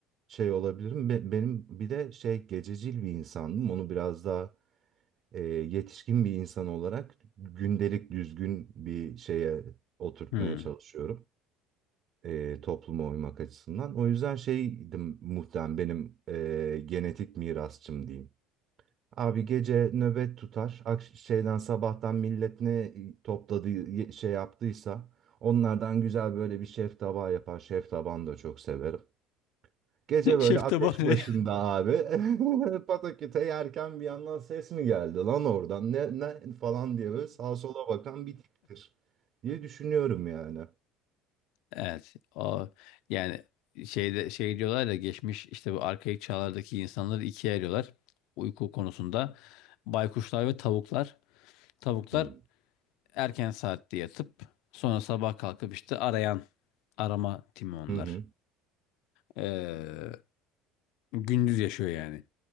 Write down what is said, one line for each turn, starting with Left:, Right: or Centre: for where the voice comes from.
Right: şey olabilirim. Be- benim bir de şey gececil bir insandım. Onu biraz daha e, yetişkin bir insan olarak gündelik düzgün bir şeye oturtmaya
Left: Hmm.
Right: çalışıyorum. E, topluma uymak açısından. O yüzden şeydim muhtemelen benim e, genetik mirasçım diyeyim. Abi gece nöbet tutar. Akş şeyden sabahtan millet ne topladığı ye- şey yaptıysa onlardan güzel böyle bir şef tabağı yapar. Şef tabağını da çok severim. Gece
Left: <laughs>
Right: böyle
Left: Şeftabani.
Right: ateş başında abi <laughs> pataküte yerken bir yandan ses mi geldi lan oradan ne, ne falan diye böyle sağa sola bakan bir tiptir diye düşünüyorum yani.
Left: Evet o yani şeyde şey diyorlar da geçmiş işte bu arkaik çağlardaki insanları ikiye ayırıyorlar uyku konusunda. Baykuşlar ve tavuklar. Tavuklar
Right: Hı
Left: erken saatte yatıp sonra sabah kalkıp işte arayan arama timi onlar.
Right: hı. hı.
Left: Ee, gündüz yaşıyor yani.